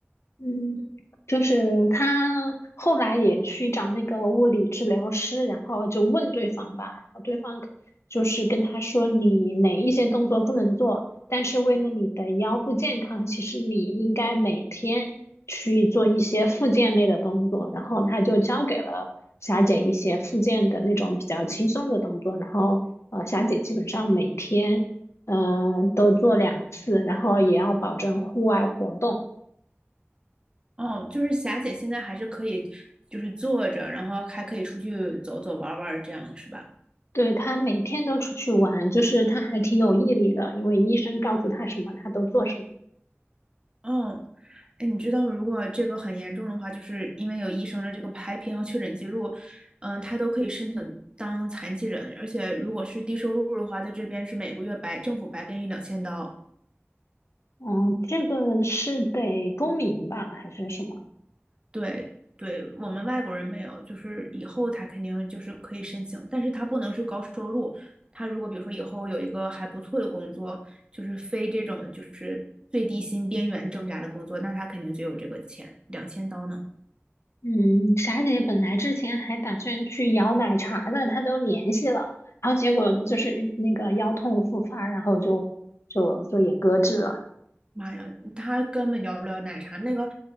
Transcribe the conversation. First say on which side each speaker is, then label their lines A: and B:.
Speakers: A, on the left (about 70°); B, on the right (about 20°).
A: 嗯，就是他后来也去找那个物理治疗师，然后就问对方吧，然后对方就是跟他说你哪一些动作不能做，但是为了你的腰部健康，其实你应该每天去做一些复健类的动作，然后他就教给了霞姐一些复健的那种比较轻松的动作，然后呃，霞姐基本上每天嗯、呃都做两次，然后也要保证户外活动。
B: 哦，就是霞姐现在还是可以，就是坐着，然后还可以出去走走玩玩，这样是吧？
A: 对，他每天都出去玩，就是他还挺有毅力的，因为医生告诉他什么，他都做什么。
B: 嗯，哎，你知道吗？如果这个很严重的话，就是因为有医生的这个拍片和确诊记录，嗯、他都可以申请当残疾人，而且如果是低收入的话，在这边是每个月白政府白给你两千刀。
A: 嗯，这个是得公民吧，还是什么？
B: 对对，我们外国人没有，就是以后他肯定就是可以申请，但是他不能是高收入。他如果比如说以后有一个还不错的工作，就是非这种就是最低薪边缘挣扎的工作，那他肯定就有这个钱，两千刀呢。
A: 嗯，霞姐本来之前还打算去摇奶茶的，她都联系了，然后结果就是那个腰痛复发，然后就就就也搁置了。
B: 妈呀，他根本要不了奶茶。那个，